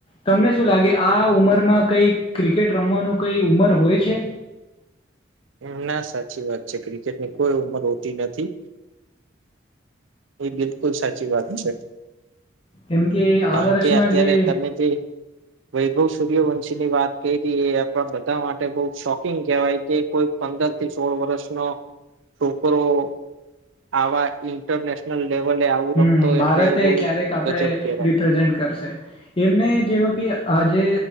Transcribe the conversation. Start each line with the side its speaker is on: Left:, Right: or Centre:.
Left: તમને એવું લાગે આ ઉમરમાં કઈક ક્રિકેટ રમવાનું કઈ ઉમર હોય છે?
Right: એમ ના સાચી વાત છે ક્રિકેટની કોઈ ઉંમર હોતી નથી. એ બિલકુલ સાચી વાત છે.
Left: કેમ કે આ
Right: કારણ
Left: વર્ષમાં
Right: કે અત્યારે
Left: જે
Right: તમે જે વૈભવ સૂર્યવન વંશીની વાત કરી એ આપ બધા માટે બહ શોકિંગ કહેવાય કે કોઈ પંદર થી સોળ વર્ષનો છોકરો આવા ઇન્ટરનેશનલ લેવલે આવું
Left: હમ
Right: રમતો એટલે
Left: ભારતે
Right: બઉ
Left: ક્યારેક આપણેે
Right: ગજબ કેવાય.
Left: રિપ્રેઝેન્ટ કરશે એમને જેવ કે આજે